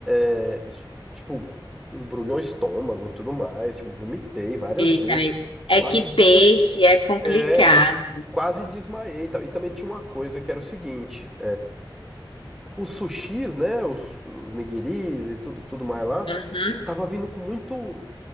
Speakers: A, in the centre; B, on the left.
A: é, isso, tipo, embrulhou o estômago e tudo mais. Tipo, vomitei várias
B: Peixe,
A: vezes.
B: amigo. É
A: Quase
B: que
A: desma...
B: peixe é complicado.
A: É, quase desmaiei, e tal. E também tinha uma coisa que era o seguinte. os sushis, né, os, os nigiris e tudo, tudo mais lá,
B: Uhum.
A: tava vindo com muito,